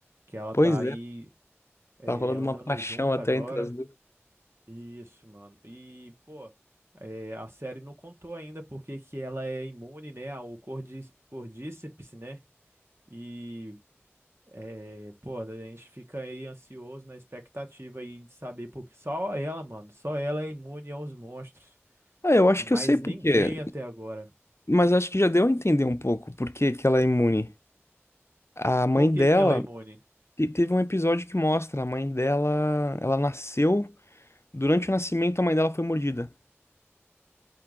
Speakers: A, on the right; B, on the left.
A: Que ela
B: Pois
A: tá aí,
B: é,
A: é,
B: tá rolando
A: andando
B: uma paixão
A: junto
B: até
A: agora.
B: entre as duas.
A: Isso, mano. E, pô, é, a série não contou ainda porque que ela é imune, né, ao cordí- cordíceps, né? E, é, pô, a gente fica aí ansioso na expectativa aí de saber, porque só ela, mano, só ela é imune aos monstros.
B: Ah, eu acho
A: E
B: que
A: mais
B: eu sei por
A: ninguém
B: quê,
A: até agora.
B: mas acho que já deu a entender um pouco por que que ela é imune. A mãe
A: Por que
B: dela,
A: que ela é imune?
B: te- teve um episódio que mostra, a mãe dela, ela nasceu, durante o nascimento a mãe dela foi mordida.